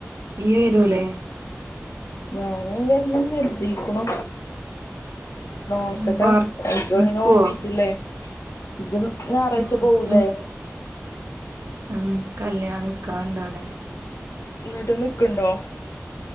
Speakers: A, on the right; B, on the left.
A: ഇയ്യ് വരുല്ലേ
B: ഉം ഞാന് വരണംന്ന് അരുതിക്കണു നോക്കട്ടെ
A: ഉം പാർ
B: എനിക്ക്
A: നിക്കുവോ
B: അയിന് ഓഫീസില്ലേ ഇജും ഞായറാഴ്ച
A: ആഹ്
B: പോവൂലേ
A: നി ഉം കല്യാണം നിക്കാഹ്ണ്ട് അവിടെ
B: ഇന്നിട്ട് നിക്ക്ണ്ടോ